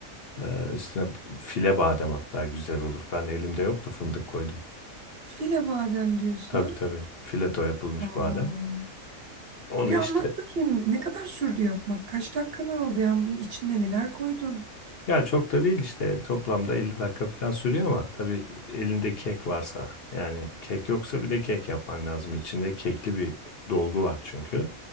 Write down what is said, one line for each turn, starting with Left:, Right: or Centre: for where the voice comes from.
Left: Ee, üstüne file badem hatta güzel olur. Ben elimde yoktu fındık koydum.
Right: File badem diyorsun
Left: Tabii
Right: ha.
Left: tabii. Fileto yapılmış
Right: Aa.
Left: badem. Onu
Right: Bir
Left: işte
Right: anlat bakayım ne kadar sürdü yapmak? Kaç dakikanı aldı yani bunun içine neler koydun?
Left: ya çok da değil işte toplamda 50 dakika falan sürüyor ama tabii elinde kek varsa yani kek yoksa bir de kek yapman lazım. İçinde kekli bir dolgu var çünkü.